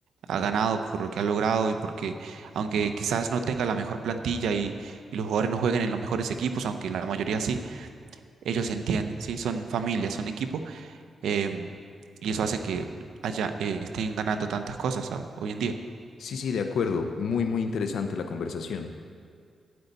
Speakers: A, on the right (about 85°); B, on the left (about 80°).
A: ha ganado, por lo que ha logrado y porque aunque quizás no tenga la mejor plantilla y y los jugadores no jueguen en los mejores equipos, aunque la mayoría sí, ellos se entienden, ¿sí? Son familias, son equipo, em, y eso hace que haya, eh, estén ganando tantas cosas, ah, Hoy en día.
B: Sí, sí, de acuerdo, muy, muy interesante la conversación.